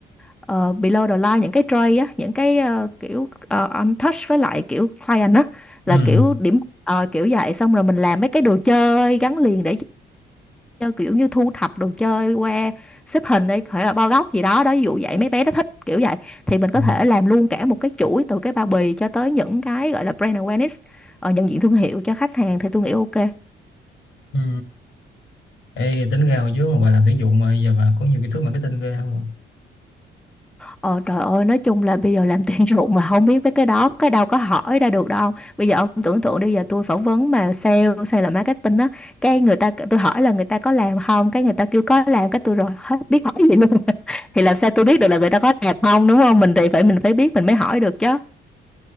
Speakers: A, in the centre; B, on the left.
A: ờ, below the line những cái tray á những cái ờ, kiểu ờ, on touch với lại kiểu client á
B: ừ,
A: là kiểu điểm ờ, kiểu vậy xong rồi mình làm mấy cái đồ chơi gắn liền để chơi kiểu như thu thập đồ chơi qua xếp hình đi phải là bo góc gì đó đó ví dụ vậy mấy bé nó thích kiểu vậy thì mình có
B: ừ.
A: thể làm luôn cả một cái chuỗi từ cái bao bì cho tới những cái gọi là brand awareness ờ, nhận diện thương hiệu cho khách hàng thì tôi nghĩ ok
B: ừ. Ê, tính ra hồi trước mà bà làm tuyển dụng mà giờ bà có nhiều kiến thức marketing ghê không?
A: Ờ trời ơi nói chung là bây giờ làm tuyển dụng <laughs> mà không biết mấy cái đó cái đâu có hỏi ra được đâu bây giờ ông tưởng tượng đi giờ tôi phỏng vấn mà sale sale là marketing á cái người ta tôi hỏi là người ta có làm không cái người ta kêu có làm cái tôi rồi hết biết hỏi gì luôn <laughs> thì làm sao tôi biết được là người ta có làm không đúng không mình thì phải mình phải biết mình mới hỏi được chứ